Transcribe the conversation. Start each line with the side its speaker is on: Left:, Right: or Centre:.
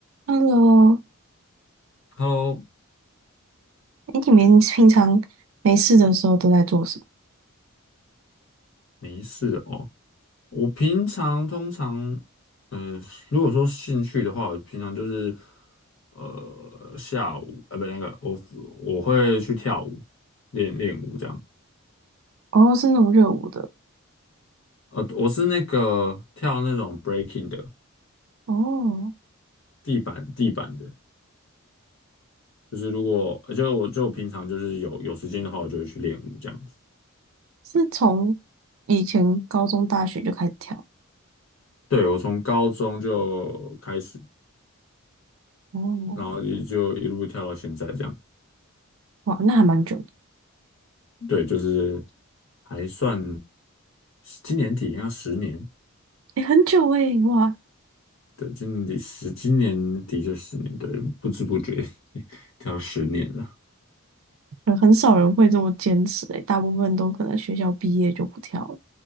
Right: Hello，
Left: Hello，
Right: 哎，你们平常没事的时候都在做什么？
Left: 没事哦。我平常通常，呃，如果说兴趣的话，我平常就是，呃，下午，呃，不，那个，我我会去跳舞，练练舞这样。
Right: 哦，是那种热舞的，
Left: 呃，我是那个跳那种 breaking 的，
Right: 哦，
Left: 地板地板的，就是如果，呃就我就我平常就是有有时间的话，我就会去练舞这样子。
Right: 是从以前高中、大学就开始跳，
Left: 对，我从高中就开始，
Right: 哦，
Left: 然后也就一路跳到现在这样。
Right: 哇，那还蛮久的，
Left: 对，就是还算今年底要十年，
Right: 哎，很久哎，哇，
Left: 对，今年底十，今年底就十年，对，不知不觉 <laughs> 要十年了。
Right: 很很少人会这么坚持哎，大部分都可能学校毕业就不跳了，